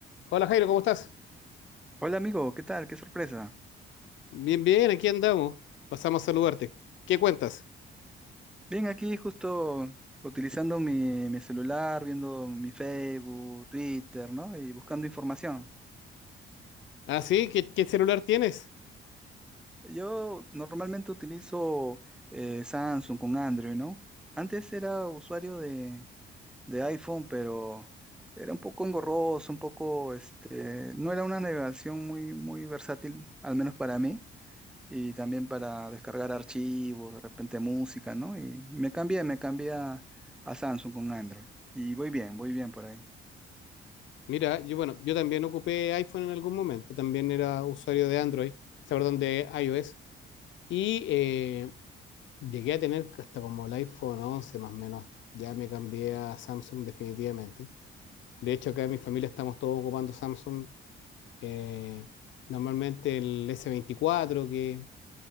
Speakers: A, on the left (about 70°); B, in the centre.
A: Hola Jairo, ¿cómo estás?
B: Hola amigo, ¿qué tal? Qué sorpresa.
A: Bien, bien, aquí andamos. Pasamos a saludarte. ¿Qué cuentas?
B: Bien, aquí justo utilizando mi, mi celular, viendo mi Facebook, Twitter, ¿no? Y buscando información.
A: Ah, sí, ¿qué, qué celular tienes?
B: Yo normalmente utilizo eh, Samsung con Android, ¿no? Antes era usuario de, de iPhone, pero era un poco engorroso, un poco, este, no era una navegación muy, muy versátil, al menos para mí. y también para descargar archivos, de repente música, ¿no? Y me cambié, me cambié a, a Samsung con Android. Y voy bien, voy bien por ahí.
A: Mira, yo bueno, yo también ocupé iPhone en algún momento, también era usuario de Android, o sea, perdón, de iOS, y eh, llegué a tener hasta como el iPhone once más o menos. Ya me cambié a Samsung definitivamente. De hecho, acá en mi familia estamos todos ocupando Samsung, eh, normalmente el s veinticuatro que,